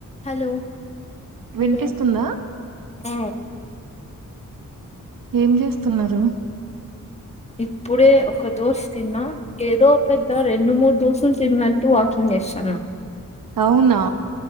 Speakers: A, on the left; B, on the right.
A: Hello hello
B: వినిపిస్తుందా
A: ఆ
B: ఏం చేస్తున్నారు
A: ఇప్పుడే ఒక దోసు తిన్నాం ఏదో పెద్ద రెండు మూడు దోసులు తిన్నట్టు వాకింగ్ చేస్తుాన్నా
B: అవునా